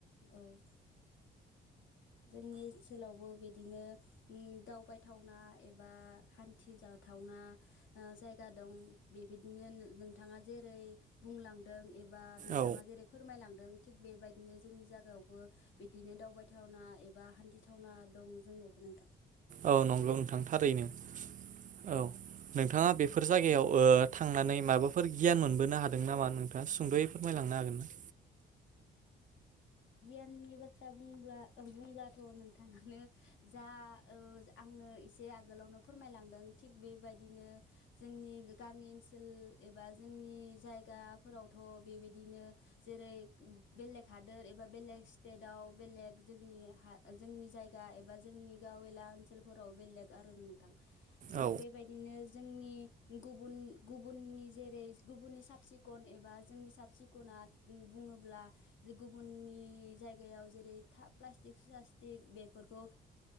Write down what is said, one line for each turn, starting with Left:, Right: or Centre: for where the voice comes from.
Left: औ जोंनि ओनसोलावबो बि दिनो उम दावबायथावना एबा हानथिजाथावना ओ जायगा दं बेबायनो नोंथाङा जेरै बुंलांदों ए बा नोंथाङा
Right: औ
Left: जेरै फोरमायलांदों थिग बेबायदिनो जोंनि जागायावबो बिदिनो दावबायथावना एबा हानथिथावना दं जोंनियावबो नोंथां।
Right: औ नंगौ नोंथां थारैनो औ नोंथाङा बेफोर जायगायाव ओ थांनानै माबाफोर गियान मोनबोनो हादों नामा नोंथाङा सुंद'यै फोरमायलांनो हागोन ना?
Left: गियाननि बाथ्रा बुंब्ला बुंब्लाथ' नोंथाङानो जा ओ आंनो एसे आगोलावनो फोरमायलांदों थिग बेबायदिनो जोंनि गामि ओनसोल एबा जोंनि जायगाफोरावथ' बेबायदिनो जेरै बेलेग हादोर ए बा बेलेग स्टेटाव बेलेग जोंनि हा जोंनि जायगा एबा जोंनि गावेला ओनसोलफोराव बेलेग आरो नोंथां। थिग
Right: औ
Left: बेबायदिनो जोंनि गुबुन गुबुननि जेरै गुबुननि साब सिखन एबा जोंनि साब सिखना बुङोब्ला गुब गुबुननि जायगायाव जेरै था प्लास्टिक सालास्टिक बेफोरखौ